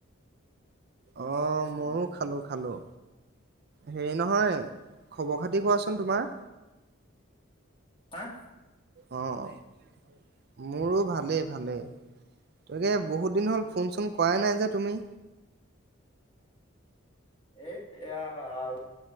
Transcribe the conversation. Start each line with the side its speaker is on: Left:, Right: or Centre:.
Right: অঁ ময়োঁ খালোঁ খালোঁ, হেৰি নহয়, খবৰ-খাতি কোৱাচোন তোমাৰ?
Left: অঁ?
Right: অ' মোৰো ভালেই ভালেই, এনে বহুত দিন হ'ল ফোন-চোন কৰাই নাই যে তুমি?
Left: এ, এইয়া আৰু